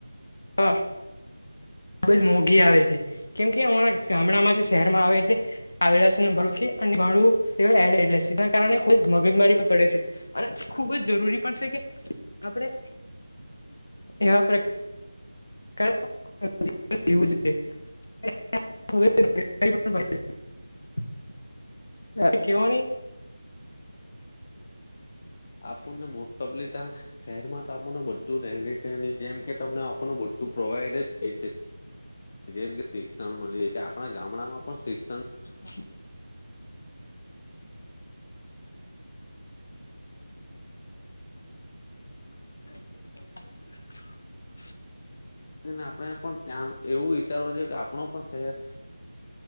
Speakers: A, on the left; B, on the left.
A: હા ખૂબ જ મોંઘી આવે છે કેમ કે અમારા ગામડામાંથી શહેરમાં આવે એટલે આવેલા છે ભ અને ભડું એડ છે જેના કારણે થોડીક મગજમારી પણ પડે છે. અને ખૂબ જ જરૂરી પણ છે કે આપણે એવા પ્ર <inaudible> કેવો નહી
B: આપણને મોસ્ટ ઓફલી શહેરમાં આપને બધું રહેણીકેણી જેમ કે તમને આપણને બધું પ્રોવાઈડ જ થાય છે જેમ કે શિક્ષણ મળી કે આપણા ગામડામાં પણ શિક્ષણ
A: <inaudible> <inaudible>
B: ને આપણેે પણ ત્યા એવું વિચારવું જોઈએ કે આપણુ પણ શહેર